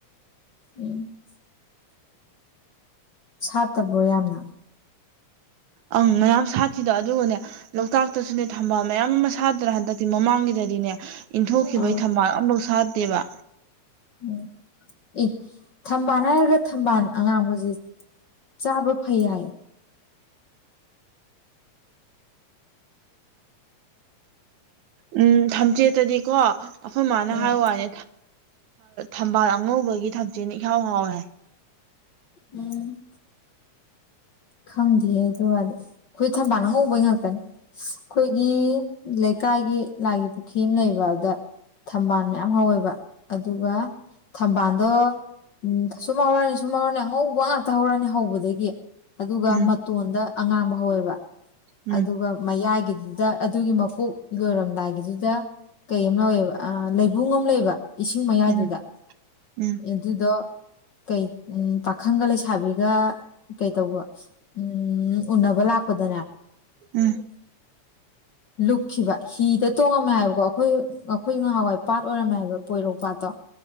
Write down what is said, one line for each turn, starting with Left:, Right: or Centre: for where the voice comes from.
Left: ꯎꯝ ꯁꯥꯠꯇꯕ꯭ꯔꯣ ꯌꯥꯝꯅ
Right: ꯑꯪ ꯃꯌꯥꯝ ꯁꯥꯠꯈꯤꯗ ꯑꯗꯨꯒꯅꯦ ꯂꯣꯛꯇꯥꯛꯇꯁꯨꯅꯦ ꯊꯝꯕꯥꯜ ꯃꯌꯥꯝ ꯑꯃ ꯁꯥꯗ꯭ꯔꯥ ꯍꯟꯗꯛꯇꯤ ꯃꯃꯥꯡꯒꯤꯗꯗꯤꯅꯦ ꯏꯟꯊꯣꯛꯈꯤꯕꯩ
Left: ꯑꯥ
Right: ꯊꯝꯕꯥꯜ ꯑꯃꯐꯧ ꯁꯥꯥꯗꯦꯕ
Left: ꯎꯝ ꯑꯦ ꯊꯝꯕꯥꯜ ꯍꯥꯏꯔꯒ ꯊꯝꯕꯥꯜ ꯑꯉꯥꯡꯕꯁꯦ ꯆꯕ ꯐꯩ ꯍꯥꯏ
Right: ꯎꯝ ꯊꯝꯆꯦꯠꯇꯗꯤꯀꯣ ꯑꯩꯈꯣꯏ ꯃꯥꯅ
Left: ꯎꯝ
Right: ꯍꯥꯏ ꯋꯥꯅꯦ ꯊꯝꯕꯥꯜ ꯑꯉꯧꯕꯒꯤ ꯊꯝꯆꯦꯠꯅ ꯏꯍꯥꯎ ꯍꯥꯎꯏ ꯍꯥꯏ꯫
Left: ꯎꯝ꯫ ꯈꯪꯗꯦꯍꯦ ꯑꯗꯨꯒꯗꯤ ꯑꯩꯈꯣꯏ ꯊꯝꯕꯥꯜꯅ ꯉꯧꯕꯩ ꯉꯥꯛꯇꯅꯦ꯫ ꯑꯩꯈꯣꯏꯒꯤ ꯂꯩꯀꯥꯏꯒꯤ ꯂꯥꯏꯒꯤ ꯄꯨꯈ꯭ꯔꯤ ꯑꯃ ꯂꯩꯕ ꯑꯗ ꯊꯝꯕꯥꯜ ꯃꯌꯥꯝ ꯍꯧꯋꯦꯕ ꯑꯗꯨꯒ ꯊꯝꯕꯥꯜꯗꯣꯝ ꯁꯨꯝ ꯍꯧꯔꯛꯑꯅꯤ ꯁꯨꯝ ꯍꯧꯔꯛꯑꯅꯤ ꯑꯉꯧꯕ ꯉꯥꯛꯇ ꯍꯧꯔꯛꯑꯅꯤ ꯍꯧꯕꯗꯒꯤ ꯑꯗꯨꯒ
Right: ꯎꯝ
Left: ꯃꯇꯣꯟꯗ ꯑꯉꯥꯡꯕ ꯍꯧꯋꯦꯕ
Right: ꯎꯝ
Left: ꯑꯗꯨꯒ ꯃꯌꯥꯏꯒꯤꯗꯨꯗ ꯑꯗꯨꯒꯤ ꯃꯀꯣꯛ ꯂꯣꯏꯔꯝꯗꯥꯏꯒꯤꯗꯨꯗ ꯀꯩꯅꯣꯝ ꯇꯧꯋꯦꯕ ꯂꯩꯕꯨꯡ ꯑꯃ ꯂꯩꯌꯦꯕ ꯏꯁꯤꯡ ꯃꯌꯥꯏꯗꯨꯗ
Right: ꯎꯝ ꯎꯝ
Left: ꯑꯗꯨꯗꯣ ꯀꯩ ꯄꯥꯈꯪꯒ ꯂꯩꯁꯥꯕꯤꯒ ꯀꯩꯇꯧꯕ ꯎꯝ ꯎꯅꯕꯜ ꯍꯥꯥꯛꯄꯗꯅꯦ
Right: ꯎꯝ꯫
Left: ꯂꯨꯞꯈꯤꯕ ꯍꯤꯗ ꯇꯣꯡꯉꯝꯃꯦ ꯍꯥꯏꯕꯀꯣ ꯑꯩꯈꯣꯏ ꯑꯩꯈꯣꯏ ꯅꯍꯥꯟꯋꯥꯏ ꯄꯥꯠ ꯑꯣꯏꯔꯝꯃꯦꯕ ꯄꯣꯏꯔꯧ ꯄꯥꯠꯇꯣ